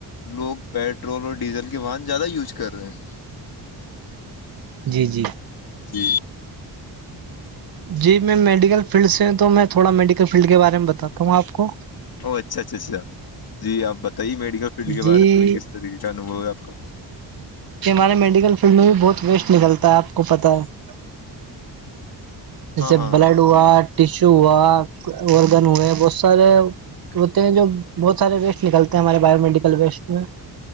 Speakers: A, on the left; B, on the right.
A: لوگ پیٹرول اور ڈیزل کے وہن زیادہ یوز کر رہے ہیں
B: جی جی
A: جی
B: جی میں میڈیکل فیلڈ سے ہ تو میں تھوڑا میڈیکل فیلڈ کے بارے میں بتاتا ہوں آپ کو
A: ا اچھا اچھا اچھا جی آپ بتائیے میڈیکل فیلڈ کے
B: جی
A: بارے میں کس طریقے کا انوھو ہے آپ کا
B: یہ ہمارے میڈیکل فیلڈ میں بھی بہت ویسٹ نکلتا ہے آپ کو پتتا ہے جیسے
A: ہاں ہاں
B: بلڈ
A: ہاں
B: ہوا
A: جی
B: ٹیشو ہوا اوررگن ہوئے بہت سارے ہوتے ہیں جو بہت سارے ویسٹ نکلتے ہیں ہمارے باو میڈیکل ویسٹ میں